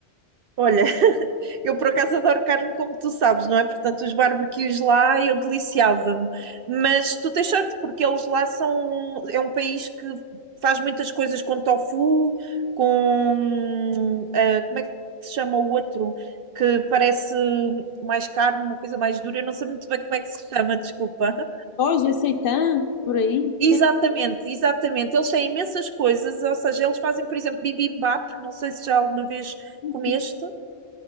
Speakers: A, on the right (about 65°); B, on the left (about 55°).
A: Olha, <laughs> eu por acaso adoro carne, como tu sabes, não é? Portanto, os barbecues lá eu deliciava-me. Mas tu tens sorte, porque eles lá são. É um país que faz muitas coisas com tofu, com. ah, como é que se chama o outro? Que parece mais carne, uma coisa mais dura. Eu não sei muito bem como é que se chama, desculpa. <laughs>
B: Soja, seitã, por aí?
A: Exatamente,
B: Tem
A: exatamente. Eles têm imensas coisas, ou seja, eles fazem, por exemplo, bibimbap, não sei se já alguma vez
B: sim,
A: comeste.